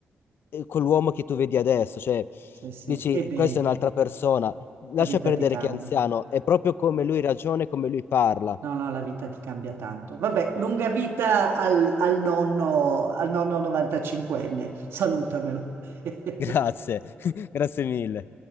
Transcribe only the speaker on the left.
eh, quell'uomo che tu vedi adesso. Cioè,
dici,
questa è un'altra persona. Lascia
perdere
che è anziano, è proprio come lui ragiona e come lui parla.
Grazie, <laughs> grazie mille.